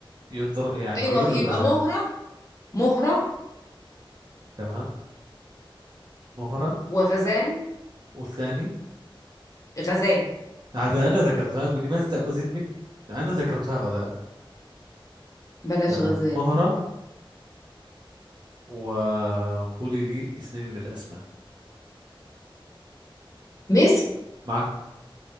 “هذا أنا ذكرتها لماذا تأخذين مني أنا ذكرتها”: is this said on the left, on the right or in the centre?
Right